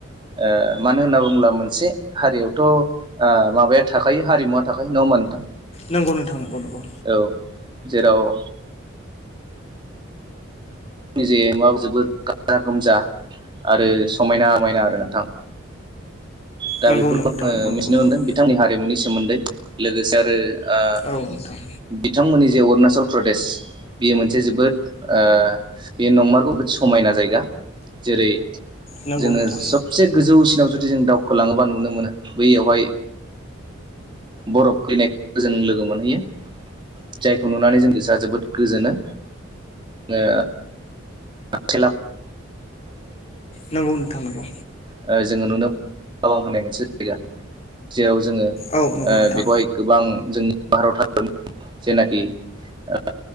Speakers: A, on the right; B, on the left.
A: ओ मानो होनना बुङोब्ला मोनसे हारियावथ' ओ माबाया थाखायो हारिमुवा थाखायो नङा होमबा नोंथां
B: नंगौ नोंथां नांगौ नंगौ
A: औ जेराव निजे मुवाव जोबोद गाजा गोमजा आरो समायना मायना आरो नोंथां दा
B: नंगौ
A: बेफोरखौ
B: नोंथां
A: आंओ
B: नंगौ
A: मिथिनो
B: नंगौ नंगौ
A: मोनदों हारिमुनि सोमोन्दै लोगोसे आरो ओ
B: औ नोंथां
A: बिथांमोननि जे अरुणाचल प्रदेश बियो मोनसे जोबोद ओ बे नंमारगौ जोबोद समायना जायगा जेरै
B: नंगौ
A: जोङो
B: नोंथां
A: सबसे गोजौसिनाव जुदि जों दावखोलाङोबा नुनो मोनो बैयावहाय बरफ खैनाय जों लोगो मोनहैयो जायखौ नुनानै जों गोसोआ जोबोद गोजोनो ओ <unintelligible>
B: नंगौ नोंथां नंगौ
A: ओ जोङो नुनो थावां होनाय मोनसे जायगा जेराव जोङो
B: औ नंगौ
A: ओ
B: नोंथां
A: बेखौहाय गोबां जोंनि भारत हखरनि जेनाखि ओ